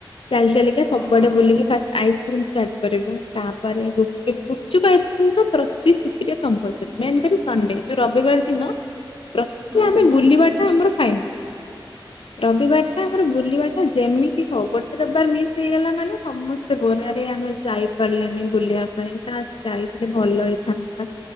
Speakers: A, on the left; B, on the right.
A: ଚାଲି ଚାଲିକା ସବୁଆଡେ
B: ହୁଁ
A: ବୁଲିକି ଫାଷ୍ଟ ଆଇସ୍କ୍ରିମ ଷ୍ଟାର୍ଟ କରିବୁ ତାପରେ ଗୁପଚୁପ ଗୁପଚୁପ ଆଇସ୍କ୍ରି ତ ପ୍ରତି ଛୁଟିରେ କମ୍ପଲସରି ମେନ୍ କଥା ସଣ୍ଡେ ଯୋଉ ରବିବାର ଦିନ ପ୍ରତି
B: ହୁଁ ହୁଁ
A: ଆମେ
B: ହୁଁ
A: ବୁଲିବାଟା ଆମର ଫାଇନାଲ। ରବିବାର
B: ଆଚ୍ଛା
A: ଟା ଆମର ବୁଲିବା ଟା ଯେମିତି ହଉ ଗୋଟେ ରବିବାର ମିସ୍ ହେଇଗଲା ମାନେ ସମସ୍ତେ ବୋରାରେ ଆମେ ଯାଇପାରିଲେନି ବୁଲିବା ପାଇଁ ଖାସ୍ ଯାଇି ଭଲ ହେଇଥାନ୍ତା